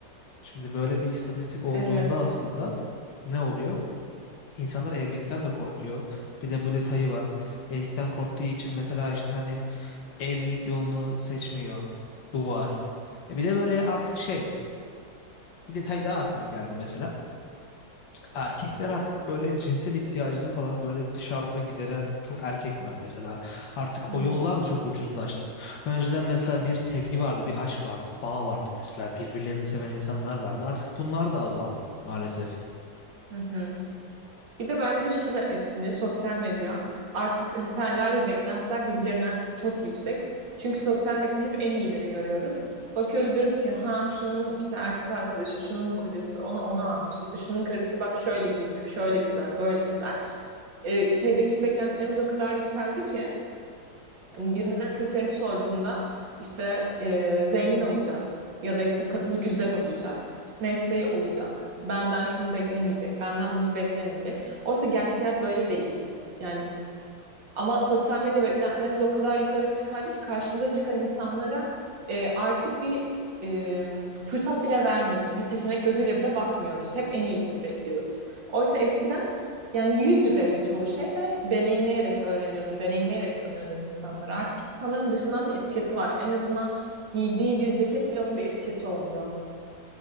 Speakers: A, on the left (about 80°); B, on the right (about 80°).
A: Şimdi böyle bir istatistik olduğunda
B: Evet.
A: aslında ne oluyor? İnsanlar evlilikten de korkuyor. Bir de bu detayı var. Evlilikten korktuğu için mesela işte hani evlilik yolunu seçmiyor. Bu var. E bir de böyle artık şey bir detay daha aklıma geldi mesela. Erkekler artık böyle cinsel ihtiyacını falan böyle dışarıda gideren çok erkek var mesela. Artık
B: Hı
A: o
B: hı.
A: yollar da çok ucuzlaştı. Önceden mesela bir sevgi vardı, bir aşk vardı, bağ vardı mesela. Birbirlerini seven insanlar vardı. Artık bunlar da azaldı maalesef.
B: Hı hı. Bir de bence şu da etkili sosyal medya. Artık kriterler ve beklentiler birbirlerinden çok yüksek. Çünkü sosyal medyada hep en iyileri görüyoruz. Bakıyoruz diyoruz ki ha şunun işte erkek arkadaşı, şunun kocası ona onu almış. İşte şunun karısı bak şöyle giyiniyor, şöyle güzel, böyle güzel. e, şeydeki beklentilerimiz o kadar yükseldi ki hani birine kriterini sorduğunda işte e, zengin olacak ya da işte kadın güzel olacak, mesleği olacak, benden şunu beklemeyecek, benden bunu beklemeyecek. Oysa gerçek hayat böyle değil. Yani ama sosyal medya beklentilerimiz o kadar yukarı çıkardı ki karşımıza çıkan insanlara e, artık bir e, fırsat bile vermiyoruz. Bir seçenek gözüyle bile bakmıyoruz. Hep en iyisini bekliyoruz. Oysa eskiden yani yüz yüzeydi çoğu şey ve deneyimleyerek öğreniyordun, deneyimleyerek tanıyordun insanları. Artık insanların dışından bir etiketi var. En azından giydiği bir ceket bile onun bir etiketi oluyor.